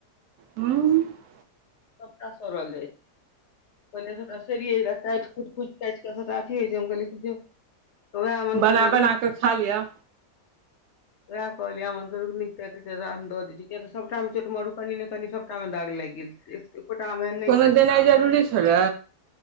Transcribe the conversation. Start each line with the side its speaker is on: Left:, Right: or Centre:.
Right: ह्म
Left: सबटा सड़ल जाइ छै पहिले स काटि कुट कु। कैच सभटा आती होइ छै हम कहलिय जो वएह अमन
Right: बना
Left: कहलियै
Right: बना
Left: रुकि
Right: कऽ खा लिअ।
Left: उएह कहलिय हमन नीक दऽ दै छी कियकि सभटा छोट मरू कनि ने कनि सभ कम दाग लैगेल छै। एकोटा आम एहन नहि
Right: कोनो
Left: छै
Right: देनाइ जरूरी छले